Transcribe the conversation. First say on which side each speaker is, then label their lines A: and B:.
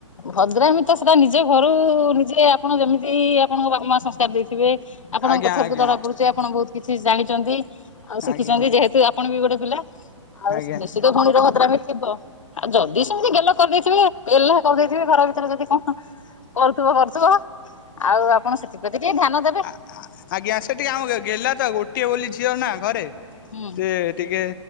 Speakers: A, on the left; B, on the left.
A: ଭଦ୍ରାମ ତ ସେଟା ନିଜ ଘରୁ ନିଜେ ଆପଣ ଯେମିତି ଆପଣଙ୍କ ବାପା ମାଁ ସଂସ୍କାର ଦେଇଥିବେ ଆପଣଙ୍କ
B: ଆଜ୍ଞା
A: କଥାରୁତ
B: ଆଜ୍ଞା
A: ଜଣା ପଡୁଚି ଆପଣ ବହୁତ କିଛି ଜାଣିଚନ୍ତି ଆଉ ଶିଖିଚନ୍ତି
B: ଆଜ୍ଞା
A: ଯେହେତୁ ଆ ପଣ ବି ଗୋଟେ ପିଲା ଆଉ
B: ଆଜ୍ଞା।
A: ନିଶ୍ଚିତ ଭଉଣୀର ଭଦ୍ରମୀ ଥିବ ଆଉ ଯଦ ସ ମିତି ଗେଲ କରିଦେଇଥିବେ ଗେହ୍ଲା କରିଦେଇଥିବେ ଘର ଭିତରେ ଯଦି କଣ କରୁଥିବ କରୁଥିବ ଆଉ ଆପଣ ସେଥିପ୍ରତି ଟିକେ ଧ୍ୟାନ ଦେବେ।
B: ଆ ଆଜ୍ଞା ସେ ଟିକେ ଆମ ଗେହ୍ଲା ତ ଗୋଟିଏ ବୋଲି ଝିଅ ନା ଘରେ
A: ହୁଁ।
B: ସେ ଟିକେ